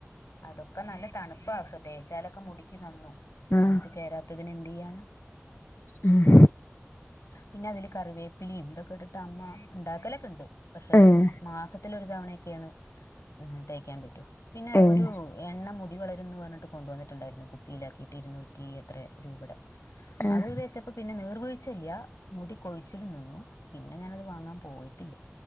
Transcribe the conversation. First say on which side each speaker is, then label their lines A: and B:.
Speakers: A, on the left; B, on the left.
A: അതൊക്കെ നല്ല തണുപ്പ തേച്ചാലൊക്കെ മുടിക്ക് നന്നും
B: ആഹ്
A: നമുക്ക് ചേരാത്തതിന് എന്ത് ചെയ്യാന
B: ഉം.
A: പിന്നെ അതില് കറിവേപ്പിലിയും ഇതൊക്കെ ഇട്ടിട്ട് അമ്മ ഉണ്ടാക്കലൊക്കെ ഉണ്ട്. പക്ഷേ
B: ഏഹ്
A: മാസത്തില് ഒരു തവണയൊക്കെയാണ് തേക്കാൻ പറ്റു പിന്നെ
B: ഏഹ്
A: ഒരു. എണ്ണ മുടി വളരുംന്ന് പറ്ഞ്ഞിട്ട് കൊണ്ട് വന്ന്ട്ട്ണ്ടായിരുന്നു കുപ്പിയിലാക്കിയിട്ട് ഇരുന്നൂറ്റി എത്ര രൂപടെ
B: ഏഹ്
A: അത് തേച്ചപ്പോ പിന്നെ നീർവീഴിച്ചില്ല മുടി കൊഴിച്ചിലും നിന്നു പിന്നെ ഞാനത് വാങ്ങാൻ പോയിട്ടില്ല